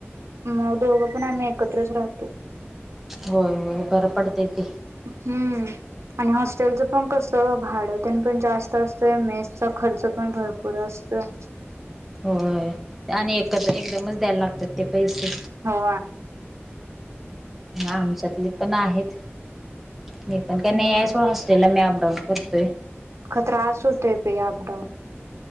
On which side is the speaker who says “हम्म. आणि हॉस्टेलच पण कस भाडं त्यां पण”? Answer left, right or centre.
Right